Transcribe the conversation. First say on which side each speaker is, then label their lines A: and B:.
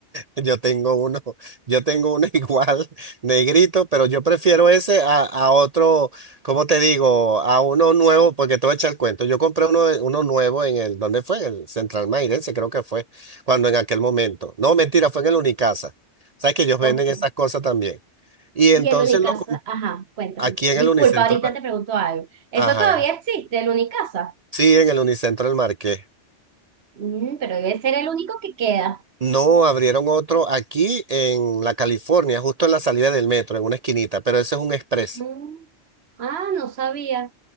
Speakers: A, on the right; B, on the right.
A: Yo tengo uno, yo tengo uno <laughs> igual, negrito, pero yo prefiero ese a, a otro, ¿cómo te digo? A uno nuevo, porque te voy a echar el cuento. Yo compré uno, de- uno nuevo en el, ¿dónde fue? En el Central Mairense, creo que fue, cuando en aquel momento. No, mentira, fue en el Unicasa. Sabes que ellos
B: Ok.
A: venden esas cosas también. Y entonces
B: Y el Unicasa,
A: lo comp-
B: ajá, cuéntame.
A: aquí en
B: Disculpa,
A: el Unicentro,
B: ahorita te pregunto algo. ¿Eso
A: ajá,
B: todavía existe, el Unicasa?
A: sí, en el Unicentro del Marqués.
B: Mm, pero debe ser el único que queda.
A: No, abrieron otro aquí en la California, justo en la salida del metro, en una esquinita, pero ese es un express.
B: Mm, Ah, no sabía.